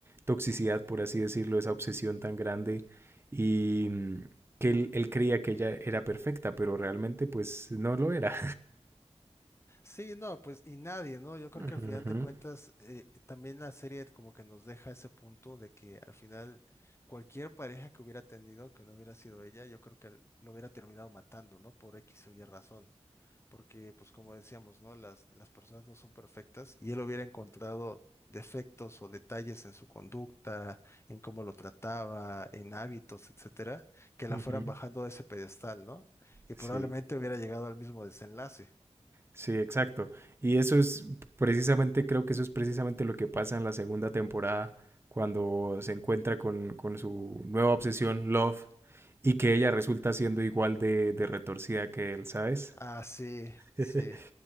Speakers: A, on the right; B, on the left.
A: toxicidad, por así decirlo, esa obsesión tan grande y mm, que él, él creía que ella era perfecta, pero realmente pues no lo era.
B: Sí, no, pues y nadie, ¿no? Yo creo
A: <laughs> Ujú,
B: que al final de cuentas eh, también la serie como que nos deja ese punto de que al final cualquier pareja que hubiera tenido, que no hubiera sido ella, yo creo que lo hubiera terminado matando, ¿no? Por X o Y razón. Porque pues como decíamos, ¿no? Las, las personas no son perfectas y él hubiera encontrado defectos o detalles en su conducta, en cómo lo trataba, en hábitos, etcétera, que la
A: ujú.
B: fueran bajando de ese pedestal, ¿no? Y
A: Sí.
B: probablemente hubiera llegado al mismo desenlace.
A: Sí, exacto. Y eso es precisamente, creo que eso es precisamente lo que pasa en la segunda temporada, cuando se encuentra con, con su nueva obsesión, Love, y que ella resulta siendo igual de, de retorcida que él, ¿sabes?
B: Ah, sí,
A: <laughs>
B: sí.